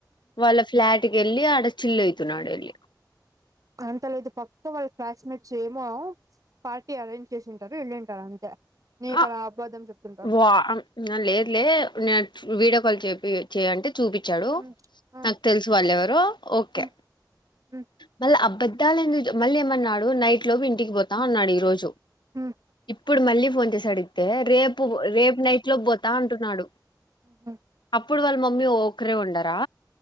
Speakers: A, on the left; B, on the right.
A: వాళ్ళ ఫ్లాట్ కెళ్ళి ఆడ చిల్ అయితున్నాడు ఎల్లి
B: అంత లేదు పక్క వాళ్ళ క్లాస్మేట్స్ ఏమో పార్టీ అరేంజ్ చేసింటారు ఎళ్ళింటారు అంతే. నీకు
A: ఆ
B: అలా అబద్ధం చెప్తుంటారు
A: వా లేదు లే నే వీడియో కాల్ చె ఇ చేయంటే చూపిచ్చాడు
B: హ్మ్ హ్మ్
A: నాకు తెలుసు వాళ్ ఎవరో ఓకే
B: హ్మ్ హ్మ్
A: మళ్ళ అబద్దాలెందుకు చె మళ్ళీ ఏమన్నాడు నైట్ లో ఇంటికి పోతా అన్నాడు ఈ రోజు
B: హ్మ్
A: ఇప్పుడు మళ్ళీ ఫోన్ చేసి అడిగితే, రేపు, రేపు నైట్ లో పోతా అంటున్నాడు.
B: హ్మ్
A: అప్పుడు వాళ్ళ మమ్మీ ఒక్కరే ఉండరా?